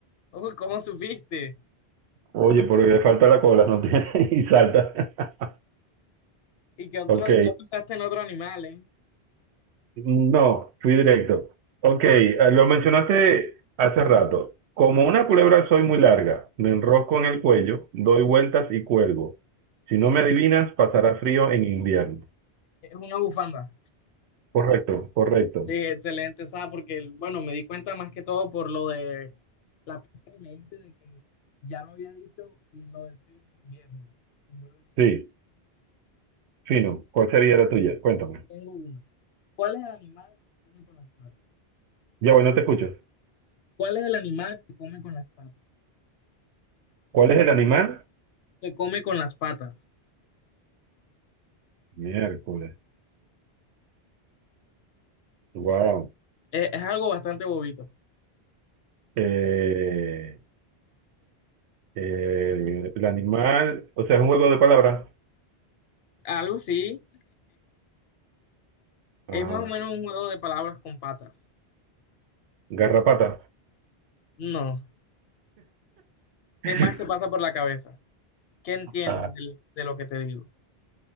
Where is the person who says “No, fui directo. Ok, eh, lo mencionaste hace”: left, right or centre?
Right